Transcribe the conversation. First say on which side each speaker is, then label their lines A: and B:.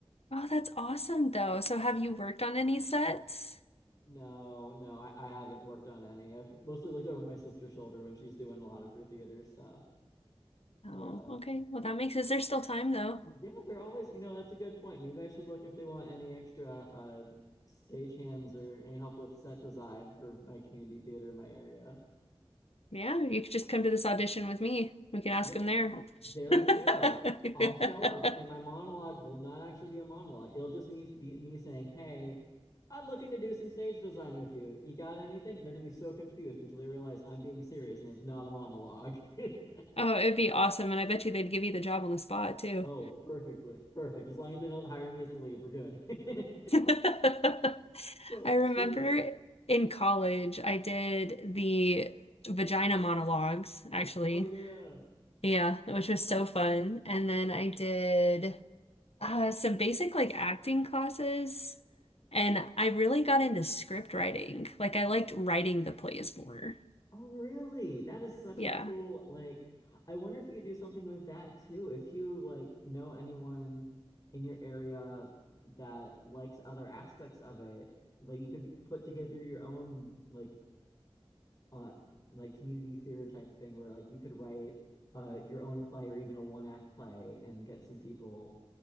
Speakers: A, on the left (about 80°); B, on the left (about 40°).
A: Oh, that's awesome though. So, have you worked on any sets?
B: No, no, I, I haven't worked on any. I've mostly looked over my sister's shoulder when she's doing a lot of her theater stuff.
A: Oh,
B: But uh
A: okay. Well, that makes, is there still time though?
B: yeah, they're always, you know, that's a good point. Maybe I should look if they want any extra uh stage hands or any help with set design for my community theater in my area.
A: Yeah, you could just come to this audition with me. We can ask
B: Yeah,
A: them there.
B: There
A: <laughs>
B: we go. I'll show up, and my monologue will not actually be a monologue. It'll just me, be me saying, "Hey, I'm looking to do some stage design with you. You got anything?" And they're gonna be so confused until they realize I'm being serious and it's not a monologue. <laughs>
A: Oh, it'd be awesome. And I bet you they'd give you the job on the spot too.
B: Oh, perfectly. Perfect. As long as they don't hire me as the lead, we're good. <laughs>
A: <laughs> I
B: So,
A: remember
B: speak.
A: in college, I did the vagina monologues, actually.
B: Oh, yeah.
A: Yeah, which was so fun. And then I did uh, some basic like acting classes. And I really got into script writing. Like I liked writing the plays more.
B: Oh, really? That is such
A: Yeah.
B: a cool, like, I wonder if you could do something with that too. If you like know anyone in your area that likes other aspects of it, like you could put together your own like uh like community theater type thing where like you could write uh your own play or even a one act play and get some people